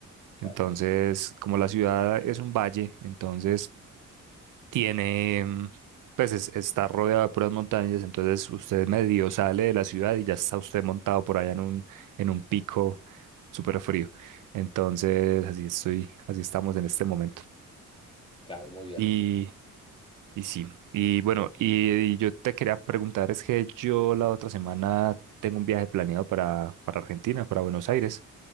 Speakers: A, on the left; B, on the right.
A: Claro,
B: Entonces, como la ciudad es un valle, entonces tiene, mm, pues es- está rodeado de puras montañas, entonces usted medio sale de la ciudad y ya está usted montado por allá en un, en un pico súper frío. Entonces, así estoy, así estamos en este momento.
A: claro, muy bien.
B: Y, y sí, y bueno, y, y yo te quería preguntar, es que yo la otra semana tengo un viaje planeado para, para Argentina, para Buenos Aires.